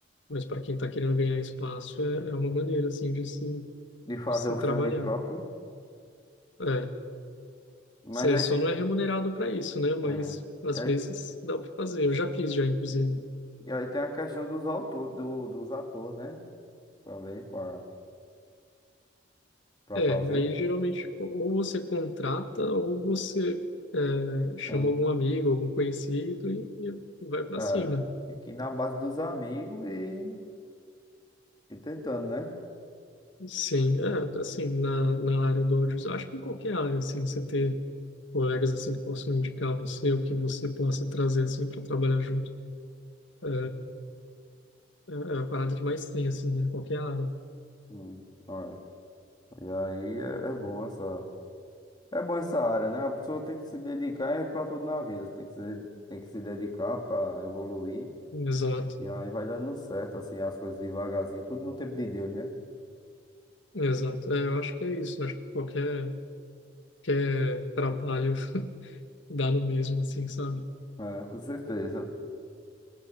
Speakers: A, on the left; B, on the left.
A: Mas para quem está querendo ganhar espaço, é, é uma maneira, assim, de se,
B: de fazer
A: se
B: o
A: trabalhar.
B: filme próprio.
A: É,
B: Mas
A: você
B: aí,
A: só
B: te-
A: não é remunerado para isso, né? Mas
B: é,
A: às
B: e aí,
A: vezes dá para fazer. Eu já fiz, já, inclusive.
B: e aí tem a questão dos autores, do, dos atores, né? Também, para para
A: É,
B: fazer.
A: aí geralmente ou você contrata ou você é, chama
B: Chama,
A: algum amigo, algum conhecido e, e vai para
B: é,
A: cima.
B: tem que ir na base dos amigos e, e tentando, né?
A: Sim, é, assim, na, na área do audiovisual, acho que em qualquer área, assim, você ter colegas, assim, que possam indicar você, ou que você possa trazer, assim, para trabalhar junto, é, é é a parada que mais tem, assim, né, em qualquer área.
B: Hum, olha. E aí é, é bom essa. É bom essa área, né? A pessoa tem que se dedicar é pra tudo na vida. Você tem que se, tem que se dedicar pra evoluir.
A: Exato,
B: E aí vai dando certo, assim, as coisas devagarzinho. Tudo no tempo de Deus, né?
A: exato. É, eu acho que é isso, acho que qualquer, qualquer trabalho <laughs> dá no mesmo, assim, sabe?
B: É, com certeza.